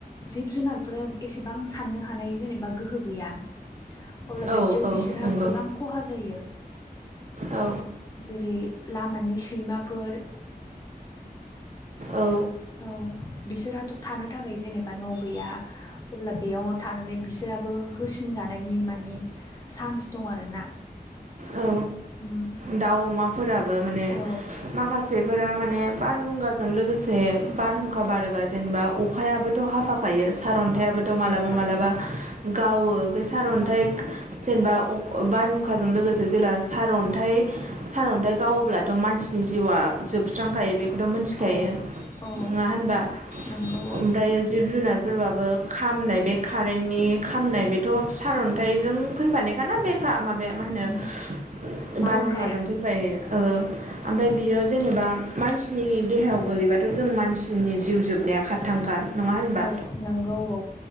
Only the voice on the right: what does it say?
औ
औ
नंगौ
औ
औ
औ
दाउ अमाफोराबो माने
माखासेफोरा माने बारहुंगाजों लोगोसे बारहुंखा बारोबा जेनेबा अखायाबोथ हाफाखायो सारअन्थायाबोथ'
मालाबा
मालाबा गावो बे सारअन्थाइ
जेनेबा अ- बारहुं हुंखाजों लोगोसे जेला सारन्थाइ सारन्थाइ गावोब्ला थ' मानसिनि जिउआ जोबस्रांखायो बेखौथ मोनथिखायो,
नङा होनबा?
ओमफ्रायो जिब जुनारफोरबाबो खामनाय बे कारेन नि खामनाय बेथ' सारन्थाइजों फैफानायखाना बेखा माबाया मा होनो
बारहुंखाजों फैफायो ओ
आमफाय बियो जेनेबा मानसिनि देहायाव गोलैबाथ' जों मान सिनि जिउ जोबनाया खाथांखा, नङा होनबा?